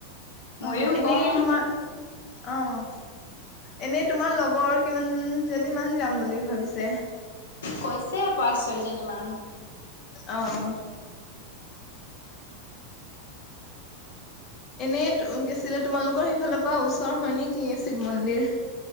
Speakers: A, on the left (about 65°); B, on the left (about 30°).
A: ময়ো
B: অঁ অঁ, এনেই
A: কম
B: তোমাৰ- অঁ' এনেই তোমাৰ লগৰ কিমান- জনী মান যাম বুলি ভাবিছে?
A: কৈছে পাঁচ ছয় জনী মান।
B: অঁ অঁ। এনেই টো কি আছিলে, তোমালোকৰ সেইফালৰ পৰা ওচৰ হয় নেকি, শিৱ মন্দিৰ?